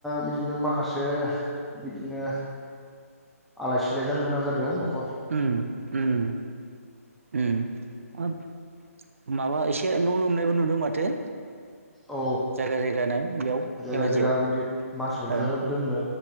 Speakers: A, in the centre; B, on the right (about 60°).
A: बिदिनो माखासे ओ बिदिनो आलाय सिलाय जानो गोनां जादों न'खर
B: उम उम उम हाब माबा एसे न' लोमनायबो नुदों माथो
A: औ
B: जायगा जायगानो बेयाव
A: जायगा
B: धेमाजियाव
A: जायगा बिदि मानसिफोरफोरखौ
B: ओ
A: दोननो